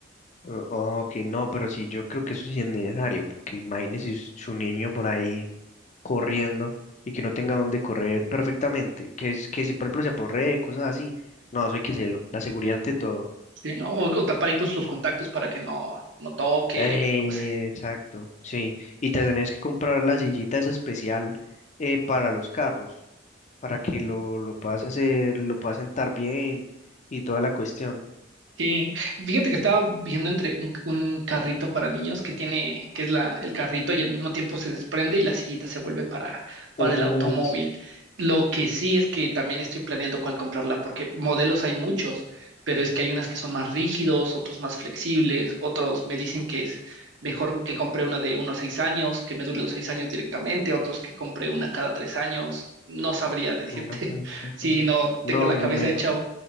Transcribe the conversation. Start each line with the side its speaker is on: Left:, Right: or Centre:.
Left: O- Ok, no, pero sí, yo creo que eso sí es necesario, porque imagínese s- su niño por ahí corriendo y que no tenga dónde correr perfectamente, que es que si por ejemplo se aporree, cosas así. No, eso hay que hacerlo, la seguridad ante todo.
Right: Sí, ¿no? O, o tapar incluso los contactos para que no, no toque,
Left: Eh,
Right: cosas.
Left: exacto, sí. Y te tenés que comprar la sillita esa especial eh, para los carros, para que lo, lo puedas hacer, lo puedas sentar bien y toda la cuestión.
Right: Sí, fíjate que estaba viendo entre un, un carrito para niños que tiene, que es la, el carrito y al mismo tiempo se desprende y la sillita se vuelve para, para
Left: Uf,
Right: el automóvil. Lo que sí es que también estoy planeando cuál comprarla, porque modelos hay muchos, pero es que hay unas que son más rígidos, otros más flexibles, otros me dicen que es mejor que compre una de uno a seis años, que me dure los seis años directamente, otros que compre una cada tres años. No sabría decirte
Left: una cada
Right: <laughs>
Left: tres
Right: si
Left: años.
Right: no
Left: No,
Right: tengo la cabeza
Left: yo menos.
Right: hecha